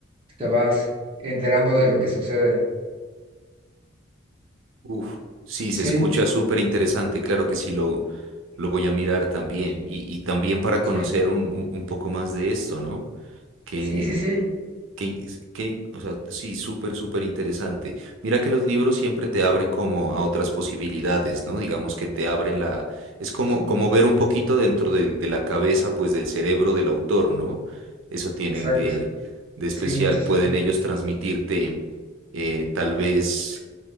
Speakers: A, on the right; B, on the right.
A: te vas enterando de lo que sucede.
B: Uf. Sí, se
A: Sí,
B: escucha súper interesante. Claro que sí, lo, lo voy a mirar también. Y, y también para conocer
A: sí,
B: un, un- un poco más de esto, ¿no? Qué,
A: sí, sí, sí.
B: Qué, qué- o sea, sí, súper, súper interesante. Mira que los libros siempre te abren como a otras posibilidades, ¿no? Digamos que te abren la... Es como,
A: Muchísimo.
B: como ver un poquito dentro de, de la cabeza, pues del cerebro del autor, ¿no? Eso tienen
A: Exacto.
B: de, de especial.
A: Sí, muchísimo.
B: Pueden ellos transmitirte eh, tal vez